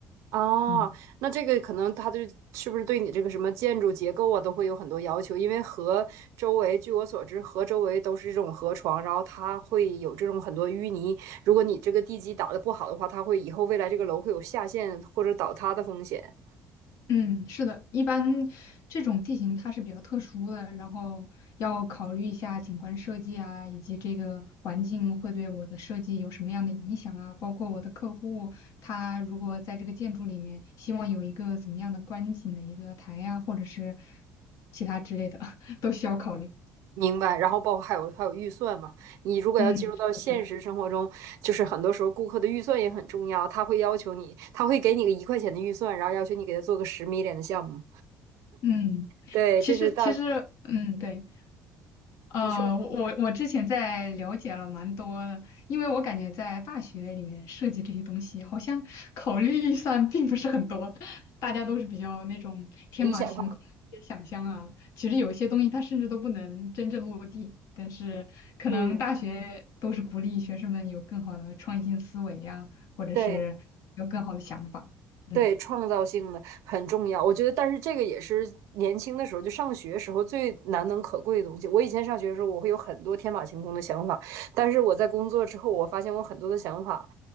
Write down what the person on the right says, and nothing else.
哦，
那这个可能它对是不是对你这个什么建筑结构啊都会有很多要求，因为河周围，据我所知，河周围都是这种河床，然后它会有这种很多淤泥。如果你这个地基打得不好的话，它会以后未来这个楼会有下陷或者倒塌的风险。
明白。然后包括还有还有预算嘛，你如果要进入到现实生活中，
就是很多时候顾客的预算也很重要，他会要求你，他会给你个一块钱的预算，然后要求你给他做个十米脸的项目。
对，
这是大，
你说
理想化。
嗯，
对
对，创造性的很重要。我觉得，但是这个也是年轻的时候，就上学时候最难能可贵的东西。我以前上学的时候，我会有很多天马行空的想法，但是我在工作之后，我发现我很多的想法，